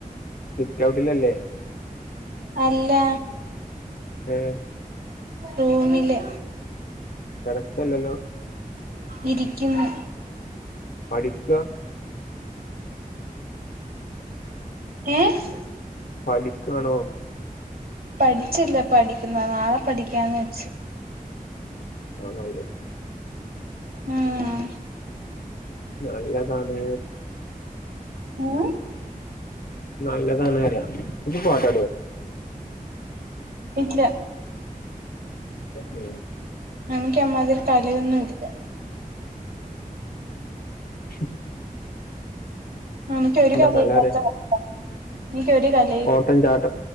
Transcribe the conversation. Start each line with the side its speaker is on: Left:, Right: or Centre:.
Left: സിറ്റ് ഔട്ടില്ലല്ലേ
Right: അല്ല
Left: ഏഹ്
Right: റൂമില്ല്
Left: തിരക്കല്ലല്ലോ
Right: ഇരിക്കുന്ന്
Left: പഠിക്കാ
Right: ഏഹ്
Left: പഠിക്കാണോ
Right: പഠിച്ചില്ല പഠിക്കുന്ന് നാളെ പഠിക്കാന്ന് വെച്ച്
Left: അതാ നല്ലത്
Right: ഉം
Left: നല്ലതാണ്
Right: ഉം
Left: നല്ലതാണറയാ ഇജ്ജ് പാട്ടാടോ
Right: ഇല്ല
Left: ഉം
Right: എനക്ക് അമ്മാതിരി കലയൊന്നും ഇല്ല
Left: ഉം
Right: എനക്കൊരു കലേതാണ്
Left: കല
Right: ച്ചാ പറഞ്ഞോ എനിക്ക്‌ ഒരു കൽ
Left: ഓട്ടൻ ചാട്ടം